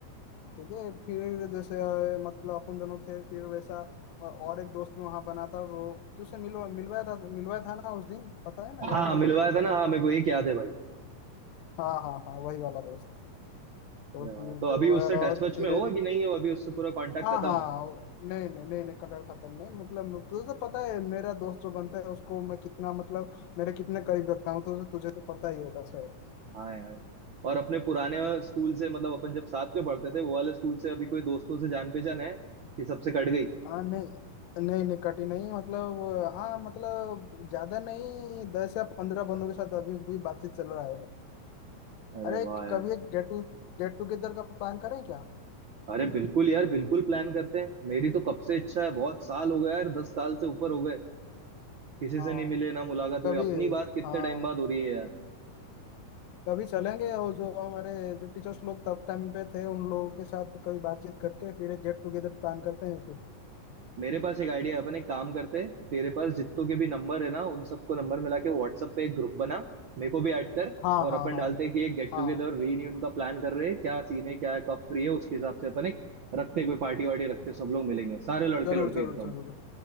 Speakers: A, on the left; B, on the right.
A: ठीक है फिर जैसे अ, मतलब अपन दोनों थे फिर वैसा अ, और एक दोस्त भी वहां बना था वो तुझसे मिलवा मिलवाया था मिलवाया था ना उस दिन पता है ना
B: हाँ
A: याद है
B: मिलवाया
A: ना तेरे
B: था ना
A: को
B: हाँ मेरे को एक याद है भाई
A: हाँ हाँ हाँ वही वाला दोस्त तो
B: मिलवाया।
A: फिर
B: तो अभी उससे
A: वह
B: टच वच
A: धीरे
B: में हो कि नहीं हो अभी उससे पूरा कांटेक्ट
A: हाँ
B: खत्म
A: हाँ नहीं नहीं नहीं नहीं कटहल खत्म नहीं मतलब तुझे तो पता है मेरा दोस्त जो बनता है उसको मैं कितना मतलब मेरे कितने करीब रखता हूँ तो तुझे तो पता ही होगा शायद
B: हाँ यार और अपने पुराने
A: हाँ
B: स्कूल से मतलब अपन जब साथ में पढ़ते थे वो वाले स्कूल से अभी कोई दोस्तों से जान पहचान है कि सबसे कट गई
A: हाँ नहीं नहीं नहीं कटी नहीं मतलब हाँ मतलब ज्यादा नहीं दस या पंद्रह बंदों के साथ अभी भी बातचीत चल रहा है
B: अरे
A: अरे
B: वाह यार
A: कभी एक गेट टू गेट टुगेदर का प्लान करें क्या
B: अरे बिल्कुल यार बिल्कुल प्लान करते हैं मेरी तो कब से इच्छा है बहुत साल हो गए यार दस साल से ऊपर हो गए किसी
A: हाँ
B: से नहीं मिले ना मुलाकात हुई
A: कभी
B: अपनी बात कितने
A: हाँ
B: टाइम बाद हो रही है यार
A: कभी चलेंगे और जो हमारे जो टीचर्स लोग तब टाइम पे थे उन लोगों के साथ कभी बातचीत करके फिर एक गेट टुगेदर प्लान करते हैं फिर
B: मेरे पास एक आइडिया है अपन एक काम करते हैं तेरे पास जितनों के भी नंबर है ना उन सबको नंबर मिला के व्हाट्सएप पे एक ग्रुप बना मेरे को भी ऐड कर
A: हाँ
B: और
A: हाँ
B: अपन
A: हाँ
B: डालते हैं कि एक गेट
A: हाँ
B: टुगेदर रीयूनियन का प्लान कर रहे हैं क्या सीन है क्या है कब फ्री है उसके हिसाब से अपन एक रखते हैं, कोई पार्टी वार्टी रखते हैं, सब लोग मिलेंगे सारे लड़के
A: जरूर
B: लड़के
A: जरूर
B: एकदम
A: जरूर